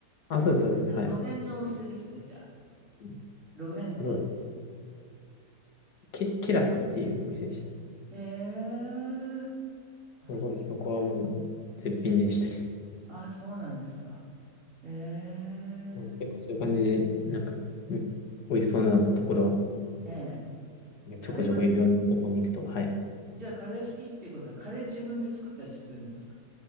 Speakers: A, on the left (about 75°); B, on the right (about 45°).
A: あ、そうです、そうです。はい。
B: 路面のお店ですね、じゃあ。
A: うん
B: 路面店。
A: あ、そうだ。ケ、ケラクっていうお店でした。
B: へえ。
A: すごい、
B: あ、そうなんです。
A: そこはもう絶品でしたね。
B: あ、そうなんですか。へえ。
A: うん結構そういう感じで、なんか、う美味しそうなところは、
B: ええ。カレーは、
A: ちょこちょこいろんなとこに行くと、はい。
B: じゃあ、カレー好きっていうことは、カレー自分で作ったりするんですか